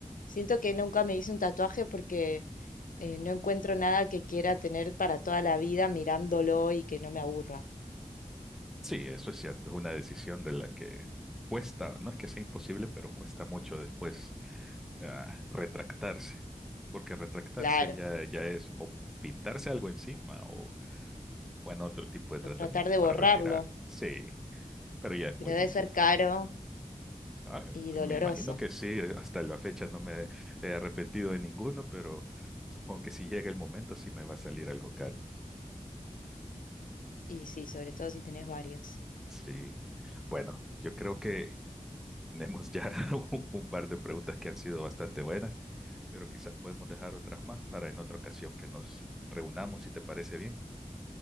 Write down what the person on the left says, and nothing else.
Siento que nunca me hice un tatuaje porque eh, no encuentro nada que quiera tener para toda la vida mirándolo y que no me aburra.
Claro.
O tratar de
borrarlo,
pero
debe
ser caro
y doloroso.
Y sí, sobre todo si tenés varios.